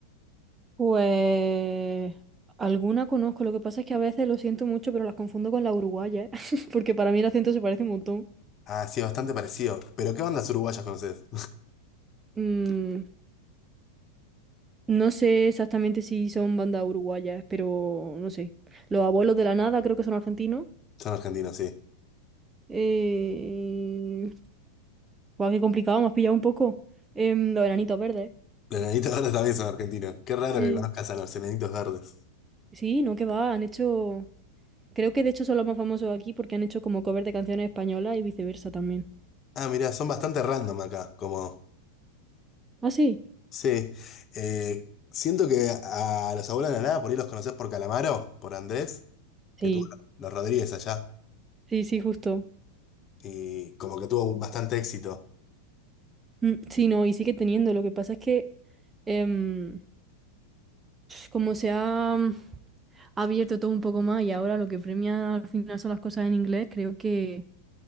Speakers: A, on the right; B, on the left.
A: Pues alguna conozco, lo que pasa es que a veces lo siento mucho, pero las confundo con la uruguaya, <laughs> porque para mí el acento se parece un montón.
B: Ah, sí, bastante parecido. ¿Pero qué bandas uruguayas conoces?
A: Mm, no sé exactamente si son bandas uruguayas, pero no sé. Los abuelos de la nada creo que son argentinos.
B: <laughs> Son argentinos, sí.
A: Eh... Guau, qué complicado, me has pillado un poco. Em, los enanitos verdes.
B: Los Enanitos Verdes también son argentinos. Qué raro
A: Sí.
B: que conozcas a los Enanitos Verdes.
A: Sí, no, que va, han hecho... Creo que de hecho son los más famosos aquí porque han hecho como cover de canciones españolas y viceversa también.
B: Ah, mirá, son bastante random acá, como...
A: ¿Ah, sí?
B: Sí, eh, siento que a los abuelos de la nada por ahí los conocés por Calamaro, por Andrés,
A: Sí,
B: que tuvo los Rodríguez allá,
A: sí, sí, justo.
B: y como que tuvo bastante éxito,
A: Mm, sí, no, y sigue teniendo. Lo que pasa es que... em, como se ha mm, abierto todo un poco más y ahora lo que premia al final son las cosas en inglés, creo que